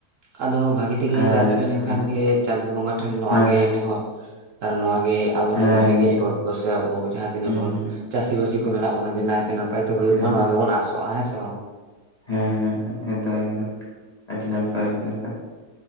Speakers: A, on the right; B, on the left.
A: ᱟᱫᱚ ᱵᱷᱟᱜᱮ ᱾ ᱜᱮ
B: ᱟᱨ
A: ᱪᱟᱥ ᱦᱩᱭ ᱞᱮᱱᱠᱷᱟᱱ
B: ᱦᱮᱸ
A: ᱜᱮ ᱪᱟᱸᱫᱳ ᱵᱚᱸᱜᱟ ᱴᱷᱮᱱ ᱱᱚᱣᱟ
B: ᱦᱮᱸ
A: ᱜᱮ
B: ᱦᱮᱸ
A: ᱱᱮᱦᱚᱨ ᱟᱨ ᱱᱚᱣᱟ ᱜᱮ ᱾ ᱟᱵᱚᱨᱮᱱ
B: ᱦᱮᱸ
A: ᱨᱮᱸᱜᱮᱡ
B: ᱮᱠᱫᱚᱢ
A: ᱦᱚᱲ ᱠᱚ ᱥᱮ ᱟᱵᱚ ᱡᱟᱦᱟᱸ ᱛᱤᱱᱟᱹᱜ
B: ᱦᱩᱸ
A: ᱵᱚᱱ
B: ᱦᱩᱸ
A: ᱪᱟᱹᱥᱤ ᱵᱟᱹᱥᱤ ᱠᱚ ᱢᱮᱱᱟᱜ ᱵᱚᱱᱟᱮ ᱱᱟᱭᱛᱮ ᱱᱟᱜ ᱟ ᱾ ᱯᱟᱭ ᱛᱮ ᱦᱳᱭᱳᱜ
B: ᱦᱮᱸ
A: ᱢᱟ ᱱᱚᱣᱟ
B: ᱦᱮᱸ
A: ᱜᱮᱵᱚᱱ ᱟᱥᱚᱜ-ᱟ᱾ ᱦᱮᱸ ᱥᱮ ᱵᱟᱝ?
B: ᱦᱮᱸ ᱦᱮᱸ ᱦᱮᱸ ᱮᱠ ᱫᱚᱢ ᱮᱠ ᱫᱚᱢ ᱟᱹᱰᱤ ᱱᱟᱯᱟᱭ ᱟᱹᱰᱤ ᱱᱟᱯᱟᱭ᱾